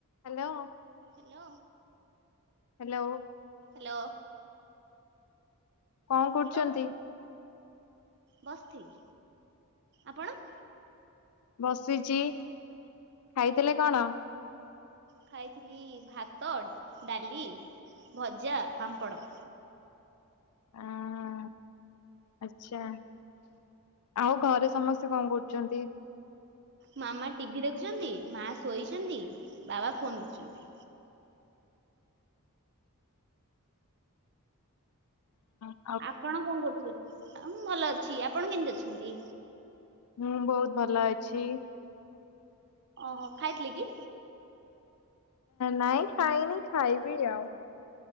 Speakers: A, on the left (about 85°); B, on the right (about 50°).
A: Hello
B: hello
A: hello.
B: Hello.
A: କଣ
B: hello
A: କରୁଚନ୍ତି?
B: ବସିଥିଲି ଆପଣ?
A: ବସିଛି ଖାଇଥିଲେ କଣ?
B: ଖାଇଥିଲି ଭାତ, ଡ଼ାଲି, ଭଜା, ପାମ୍ପଡ଼।
A: ଆଁ ଆଚ୍ଛା ଆଉ ଘରେ ସମସ୍ତେ କଣ କରୁଛନ୍ତି?
B: ମାମା ଟିଭି ଦେଖୁଛନ୍ତି ମା ଶୋଇଛନ୍ତି ବାବା ଫୋନ୍ ଦେଖୁଛନ୍ତି।
A: ହୁଁ।
B: ଆପଣ କଣ କରୁଛନ୍ତି ମୁଁ ଭଲ ଅଛି ଆପଣ କେମିତି ଅଛନ୍ତି?
A: ମୁଁ ବହୁତ୍ ଭଲ ଅଛି।
B: ଓ ହୋ ଖାଇଥିଲେ କି।
A: ନାଇଁ ଖାଇନି ଖାଇବି ଆଉ।